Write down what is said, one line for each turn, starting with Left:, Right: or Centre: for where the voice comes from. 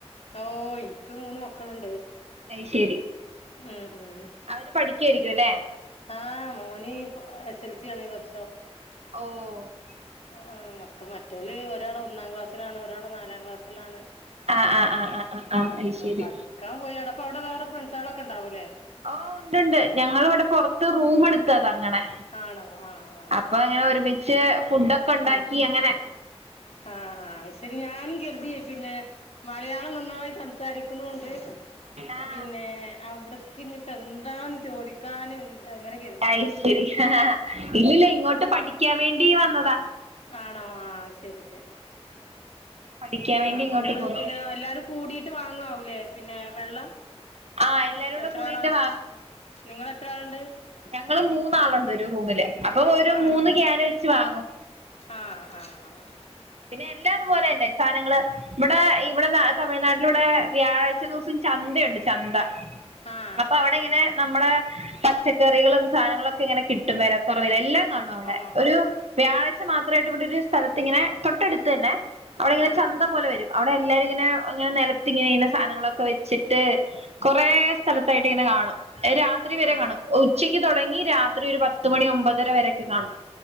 Left: ഓ എനിക്ക് മൂന്ന് മക്കളുണ്ട്
Right: അയ്ശരി
Left: ഉം ഉം
Right: അവര് പഠിക്കായിരിക്കും അല്ലേ
Left: ആഹ് മോൻ എസ് എൽ സി ആണ് ഇ വർഷം
Right: ഓഹ്
Left: ആ മക്കൾ മറ്റോൽ ഒരാൾ ഒന്നാം ക്ലാസ് <unintelligible> ഒരാൾ നാലാം ക്ലാസ്സിലാണ്
Right: ആഹ് ആഹ് ആഹ് ആഹ് ആഹ് ആഹ് അത് ശരി
Left: പടി കാൻ പോയാണ അവിടെ വേറെ ഫ്രണ്ട്സ് കളൊക്കെ ഉണ്ടാവൂല്ലേ
Right: ഓ ഉണ്ട്ണ്ട് ഞങ്ങൾ ഇവിടെ പോറത്ത് റൂം എടുത്താ തങ്ങണെ
Left: ആണോ ആഹ് ആഹ്
Right: അപ്പൊ അങ്ങനെ ഒരുമിച്ച് ഫുഡൊക്കെ ഉണ്ടാക്കി
Left: ആഹ്
Right: അങ്ങനെ
Left: ആഹ് ആ അത് ശരി ഞാനും കരുതി പിന്നെ മലയാളം നന്നായി സം സംസാരികുണുണ്ട്
Right: ആഹ്
Left: പിന്നെ അവി ക്കഞ് എന്താന്ന് ചോദിക്കാൻ എങ്ങനെ
Right: അയ്ശരി ഇല്ലില്ല ഇങ്ങോട്ട് പഠിക്കാൻ വേണ്ടി വന്നതാ
Left: ആണോ ആഹ് ശരി ശരി
Right: പഠിക്കാൻ വേണ്ടി
Left: ആ അപ്പൊങ്ങള്
Right: ഇങ്ങോട്ട് പോന്നു
Left: പിന്നെ എല്ലാരും കൂടി ട്ട് വാങ്ങാവൂലേ പിന്നെ വെള്ളം
Right: ആഹ് എല്ലാരൂടെ
Left: എത്ര
Right: കൂടിയിട്ട്
Left: ആളാ നിങ്ങെളത്ര ആളുണ്ട്
Right: ഞങ്ങൾ മൂന്നാളുണ്ട് ഒരു റൂമില് അപ്പൊ ഒരു
Left: ആണോ
Right: മൂന്ന് ക്യാൻ വെച്ച് വാങ്ങും
Left: ആഹ് ആഹ് ആഹ്
Right: പിന്നെ എല്ലാതുപോലെ തന്നെ സാധനങ്ങള് ഇവിടെ ഇവിടെ തമിഴ്നാട്ടില ഇവിടെ വ്യാഴാഴ്ച്ച ദിവസം ചന്തയുണ്ട് ചന്ത
Left: ആഹ്
Right: അപ്പൊ അവിടെ ഇങ്ങനെ നമ്മുടെ പച്ചക്കറികളും സാധനങ്ങളൊക്കെ ഇങ്ങനെ കിട്ടും വരെ <unintelligible> എല്ലാം കാണും അവിടെ
Left: ആഹ്
Right: ഒരു വ്യായാച്ച മാത്രായിട്ട് ഇവിടെ ഒരു സ്ഥലത്തി ഇങ്ങനെ തൊട്ടടുത്ത് തന്നെ അവിടെ ഇങ്ങനെ
Left: ആഹ്
Right: ചന്ത പോലെ വരും അവിടെ എല്ലാരും ഇങ്ങനെ ഇങ്ങനെ നിലത്ത് ഇങ്ങനെ സാധനങ്ങളൊക്കെ വെച്ചിട്ട് കൊറേ സ്ഥലത്തായിട്ട് ഇങ്ങനെ കാണും രാ രാത്രി വരെ
Left: ആഹ്
Right: കാണും ഉച്ചയ്ക്ക് തുടങ്ങി രാത്രി ഒരു പത്ത് മണി ഒമ്പതര വരയോ ക്കെ കാണും.